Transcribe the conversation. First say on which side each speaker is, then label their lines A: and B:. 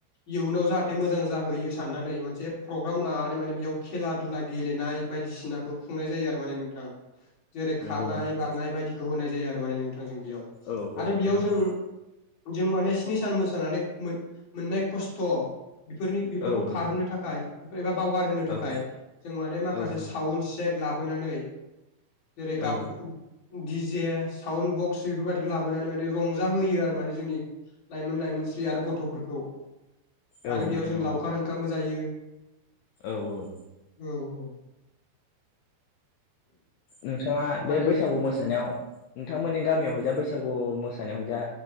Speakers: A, on the left; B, on the left.
A: इयुनाव जाहाथे मोजां जाहैयो साननानै मोनसे प्रग्राम लानानै माने बेयाव खेला दुला गेलेनाय बायदिसिनाखौ खुंनाय जायो आरो माने नोंथां जेरै
B: नंगौ
A: खारनाय
B: नोंथां
A: बारनाय बायदिखौ होनाय जायो आरो माने नोंथ याव
B: औ
A: आरो
B: औ
A: बेयाव
B: नोंथां
A: जों जों माने स्नि सान मोसानानै मोननाय खस्थ' बेफोरनि बेफोरखौ
B: औ नोंथां
A: खारहोनो थाखाय एबा बावगारहोनो थाखाय
B: औ
A: जों माने माखासे
B: औ
A: साावन् सेक लाबोनानै जेरै
B: औ
A: गाब दिडिजे साउन्ड बक्स बेफोरबायादिखौ लाबोनानै माने रंजा होोयो आरो माने जोंनि लाइमोन लाइमोनस्रि आरो गथ'फोरखौ
B: औ
A: आरो बेयाव
B: नोंथां
A: जों लावखार
B: औ
A: ओंखामबो जायो
B: औ औ
A: औ औ
B: नोंथाङा बे
A: आरो
B: बैसागु मोसानायाव नोंथांमोननि गामियावहयजा बैसागु मोसानायाव हयजा